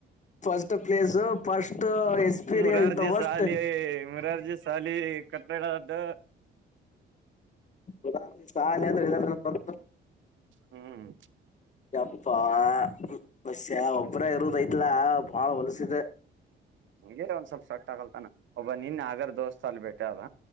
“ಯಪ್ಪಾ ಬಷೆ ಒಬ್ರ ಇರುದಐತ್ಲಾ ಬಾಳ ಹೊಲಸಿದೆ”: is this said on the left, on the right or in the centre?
Left